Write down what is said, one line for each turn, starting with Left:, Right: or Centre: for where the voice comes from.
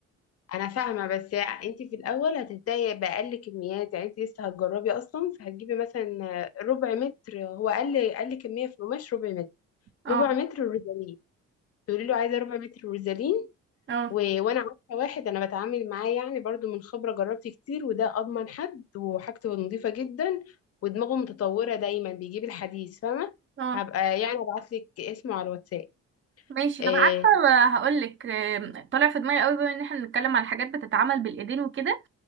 Left: أنا فاهمة بس أنت في الأول هتبدأي بأقل كميات يعني أنت لسه هتجربي أصلا فهتجيبي مثلا ربع متر هو أقل أقل كمية في القماش ربع متر
Right: اه
Left: ربع متر روزالين تقولي له عايزة ربع متر روزالين
Right: اه
Left: و... وانا عارفه واحد انا بتعامل معاه يعني برضو من خبره جربت كتير وده اضمن حد وحاجته نظيفه جدا ودماغه متطوره دايما بيجيب الحديث فاهمه
Right: اه
Left: هبقى يعني ابعت لك اسمه على الواتساب
Right: ماشي
Left: إيه.
Right: طب عارفه هقول لك طالع في دماغي قوي بما ان احنا بنتكلم على حاجات بتتعمل بالايدين وكده